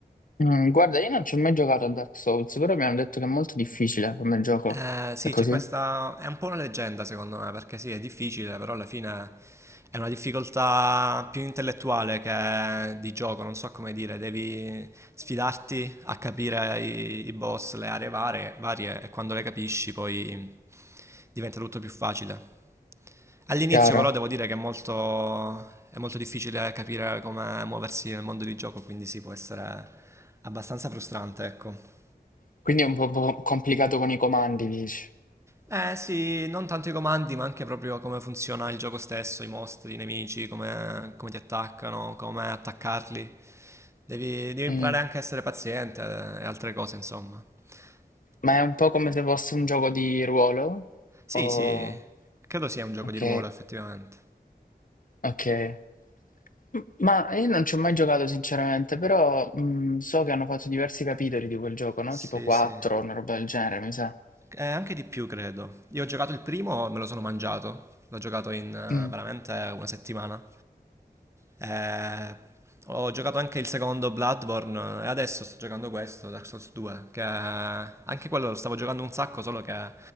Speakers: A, on the left; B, on the right.
A: Mm, guarda, io non ci ho mai giocato a Dark Souls, però mi hanno detto che è molto difficile come gioco.
B: Eh, sì,
A: È così?
B: c'è questa... è un po' una leggenda secondo me, perché sì, è difficile, però alla fine è una difficoltà più intellettuale che di gioco, non so come dire, devi sfidarti a capire i, i boss, le aree varie, varie e quando le capisci poi diventa tutto più facile. All'inizio
A: Chiaro.
B: però devo dire che è molto, è molto difficile capire come muoversi nel mondo di gioco, quindi sì, può essere abbastanza frustrante, ecco.
A: Quindi è un po', po' complicato con i comandi, dici.
B: Eh sì, non tanto i comandi, ma anche proprio come funziona il gioco stesso, i mostri, i nemici, come, come ti attaccano, come attaccarli. Devi, devi imparare
A: Mm.
B: anche a essere paziente eh, e altre cose, insomma.
A: Ma
B: De-
A: è un po' come se fosse un gioco di ruolo?
B: sì,
A: O...
B: sì, credo sia un gioco
A: Ok,
B: di ruolo, effettivamente.
A: ok. M- Ma io non ci ho mai giocato sinceramente, però mm, so che hanno fatto diversi capitoli di quel gioco, no?
B: Sì,
A: Tipo 4,
B: sì.
A: una roba del genere, mi sa.
B: Eh, anche di più, credo. Io ho giocato il primo, me lo sono mangiato. L'ho giocato in eh,
A: Mh,
B: veramente una settimana. Eh, ho giocato anche il secondo Bloodborne e adesso sto giocando questo, Dark Souls 2, che anche quello lo stavo giocando un sacco, solo che